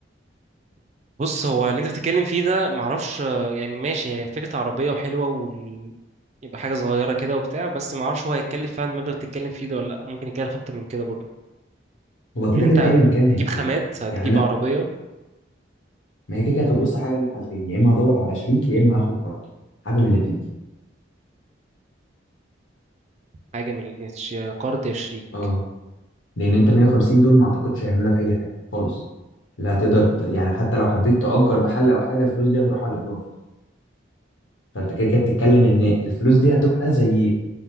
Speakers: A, on the right; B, on the left.
A: بص هو اللي انت بتتكلم فيه ده معرفش آه، يعني ماشي هي فكره عربيه وحلوه وال... يبقى حاجه صغيره كده وبتاع بس معرفش هو هيتكلف فعلا المبلغ اللي بتتكلم فيه ده ولا لا ممكن يكلف اكتر من كده برضه
B: هو كده
A: يعني انت
B: كده
A: هتجيب
B: أيا كان هيتكلف
A: خامات هتجيب
B: يعني أنا
A: عربيه
B: ما هي كده كده هتبص حاجة من حالتين يا إما هدور على شريك يا إما هاخد قرض حاجة من الاتنين
A: حاجه من اللي- قرض 20
B: اه لان انت 150 دول ما اعتقدش هيعملوا لك اي حاجه خالص لا هتقدر ت... يعني حتى لو حبيت تأجر محل او حاجه الفلوس دي هتروح على الايجار فانت كده كده بتتكلم ان الفلوس دي هتبقى زي